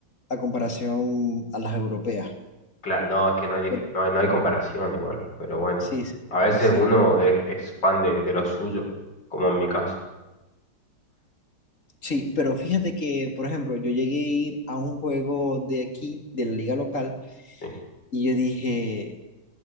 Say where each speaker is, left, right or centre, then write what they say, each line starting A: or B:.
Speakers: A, on the left; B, on the left.
A: a comparación a las europeas.
B: claro, no, es que no hay, dif-
A: Por-
B: no hay, no hay comparación igual, pero bueno,
A: Sí, sí,
B: a veces
A: sí,
B: uno es, es fan de, de lo suyo, como en mi caso.
A: sí, pero fíjate que, por ejemplo, yo llegué a ir a un juego de aquí, de la liga local,
B: sí.
A: y yo dije,